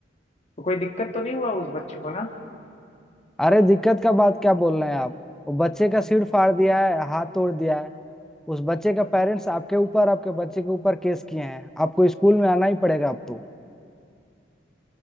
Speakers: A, on the left (about 35°); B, in the centre.
A: तो कोई दिक्कत तो नहीं हुआ उस बच्चे को ना
B: अरे दिक्कत का बात क्या बोल रहे हैं आप वो बच्चे का सिर फाड़ दिया है हाथ तोड़ दिया है उस बच्चे का पेरेंट्स आपके ऊपर आपके बच्चे के ऊपर केस किए हैं आपको स्कूल में आना ही पड़ेगा अब तो